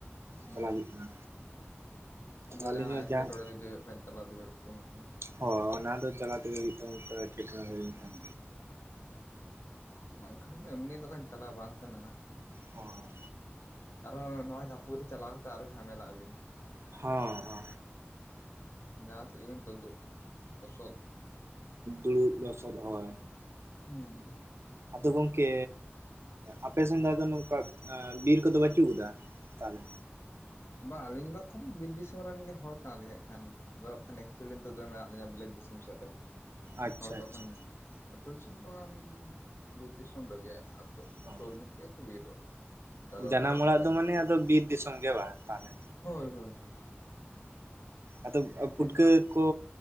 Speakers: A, on the left; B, on the right.
A: ᱦᱩᱸ
B: ᱪᱟᱞᱟᱣ ᱦᱩᱭᱩᱜ ᱠᱟᱱᱟ᱾
A: ᱟᱫᱚ
B: ᱟᱹᱞᱤᱧ
A: ᱡᱟᱦᱟᱱᱟᱜ
B: ᱦᱚᱸ
A: ᱮᱴᱠᱮ-ᱴᱚᱲᱮ
B: ᱡᱟᱦᱟᱸ
A: ᱡᱩᱫᱤ ᱦᱩᱭᱩᱜ <unintelligible> ᱛᱟᱞᱟ ᱛᱮᱜᱮ ᱦᱩᱭᱩᱜ ᱛᱟᱵᱚᱱᱟ ᱛᱚ
B: ᱦᱳᱭ ᱚᱱᱟ ᱫᱚ ᱪᱟᱞᱟᱣ ᱛᱮᱜᱮ ᱦᱩᱭᱩᱜ ᱛᱟᱵᱚᱱᱟ ᱮᱴᱠᱮᱴᱚᱬᱮ ᱛᱚ ᱦᱩᱭ ᱞᱮᱱᱠᱷᱟᱱ
A: ᱦᱩᱸ ᱵᱟᱝᱠᱷᱟᱱ ᱫᱚ ᱮᱢᱱᱤ ᱫᱚᱠᱟᱱ ᱪᱟᱞᱟᱣ ᱵᱟᱝ ᱥᱟᱱᱟᱦᱟ
B: ᱦᱳᱭᱻᱻ
A: ᱟᱨᱚ ᱱᱚᱣᱟ ᱡᱟᱹᱯᱩᱫ ᱨᱮ ᱪᱟᱞᱟᱣ ᱠᱟᱛᱮ ᱟᱨᱚ ᱡᱷᱟᱢᱮᱞᱟᱜ ᱟᱵᱤᱱ
B: ᱦᱚᱸ ᱦᱚᱸ
A: ᱡᱟᱦᱟᱸ ᱥᱮᱫ ᱜᱮ ᱵᱤᱱ ᱛᱳᱫᱳᱜ ᱞᱚᱥᱚᱫ
B: ᱫᱩᱲᱩᱵ ᱨᱚᱥᱚᱫ ᱦᱚᱭ
A: ᱦᱩᱸ
B: ᱟᱫᱚ ᱜᱚᱝᱠᱮ ᱟᱯᱮ ᱥᱮᱱ ᱫᱚ ᱟᱫᱚ ᱱᱚᱝᱠᱟ ᱟᱻᱨ ᱵᱤᱨ ᱠᱚᱫᱚ ᱵᱟᱪᱩᱜ ᱮᱫᱟ ᱛᱟᱦᱞᱮ
A: ᱵᱟᱝ ᱟᱹᱞᱤᱧ ᱫᱚ <unintelligible> ᱠᱷᱟᱱ ᱵᱤᱨ ᱫᱤᱥᱚᱢ ᱨᱮᱱ ᱜᱮ ᱦᱚᱲ ᱠᱟᱱᱟ ᱞᱤᱧ ᱦᱟᱸᱜ ᱠᱷᱟᱱ ᱟᱫᱚ ᱦᱟᱜ ᱠᱷᱟᱱ ᱮᱠᱪᱩᱭᱮᱞᱤ ᱱᱤᱛᱚᱜ ᱫᱚ ᱢᱮᱱᱟᱜ ᱞᱤᱧᱟ ᱵᱤᱞᱟᱹᱛ ᱫᱤᱥᱚᱢ ᱥᱮᱫ ᱨᱮ
B: ᱟᱪᱪᱷᱟ
A: ᱦᱚᱭ ᱫᱚᱠᱷᱟᱱ
B: ᱟᱪᱪᱷᱟ
A: ᱟᱛᱳ ᱫᱤᱥᱚᱢ ᱫᱚᱠᱷᱟᱱ ᱵᱤᱨ ᱫᱤᱥᱚᱢ ᱨᱮᱜᱮ ᱟᱫᱚ
B: ᱦᱚᱸ
A: ᱥᱩᱨ ᱧᱚᱜ ᱜᱮᱭᱟ ᱛᱚ ᱵᱤᱨ ᱫᱚ ᱡᱟᱫᱟ
B: ᱡᱟᱱᱟᱢ
A: ᱵᱟᱝ
B: ᱚᱲᱟᱜ
A: ᱥᱟᱺᱜᱤᱧᱟ
B: ᱫᱚ ᱢᱟᱱᱮ ᱟᱫᱚ ᱵᱤᱨ ᱫᱤᱥᱚᱢ ᱜᱮ ᱵᱟᱝ ᱛᱟᱦᱚᱞᱮ
A: ᱦᱚᱭ ᱦᱚᱭ ᱦᱮᱸ
B: ᱟᱫᱚ ᱯᱩᱴᱠᱟᱹ
A: ᱫᱚ
B: ᱠᱚ